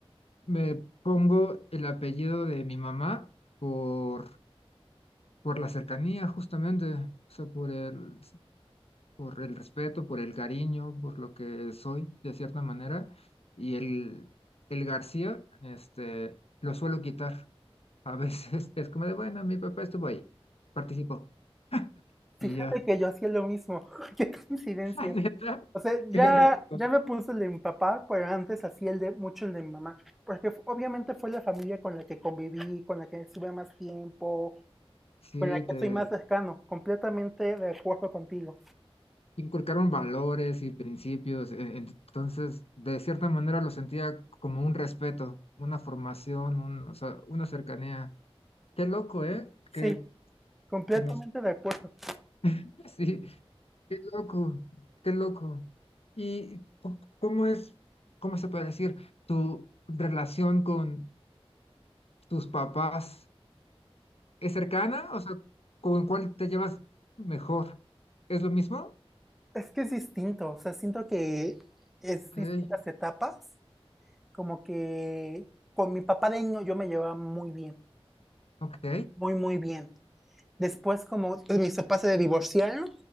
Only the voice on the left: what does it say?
me pongo el apellido de mi mamá por, por la cercanía, justamente. O sea, por el, por el respeto, por el cariño, por lo que soy, de cierta manera. Y el, el García, este, lo suelo quitar. A veces <laughs> es como de, bueno, mi papá estuvo ahí, participó.
Y ya,
<laughs> la neta,
qué loco.
Sí,
te
inculcaron valores y principios, e- entonces de cierta manera lo sentía como un respeto, una formación, un- o sea, una cercanía. Qué loco, ¿eh?
Que,
que nos...
<laughs> Sí, qué loco, qué loco. ¿Y co- cómo es, cómo se puede decir, tu relación con tus papás es cercana? O sea, ¿con cuál te llevas mejor? ¿Es lo mismo?
Ok,
ok,